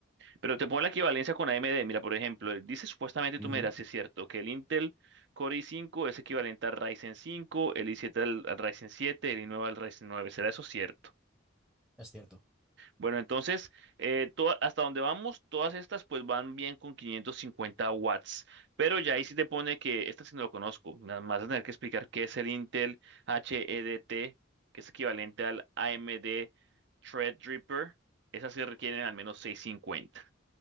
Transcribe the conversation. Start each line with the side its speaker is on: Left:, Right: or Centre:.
Right: Pero te ponen la equivalencia con AMD. Mira, por ejemplo, eh, dice supuestamente,
Centre: Ujú,
Right: tú me dirás si es cierto, que el Intel Core i5 es equivalente al Ryzen 5, el i7 al, al Ryzen 7, el i9 al Ryzen 9. ¿Será eso cierto?
Centre: Es cierto.
Right: Bueno, entonces, eh, toda- hasta donde vamos, todas estas pues van bien con 550 watts, pero ya ahí sí te pone que esta sí no lo conozco, nada más vas a tener que explicar qué es el Intel HEDT, que es equivalente al AMD Threadripper, esas sí requieren al menos 650.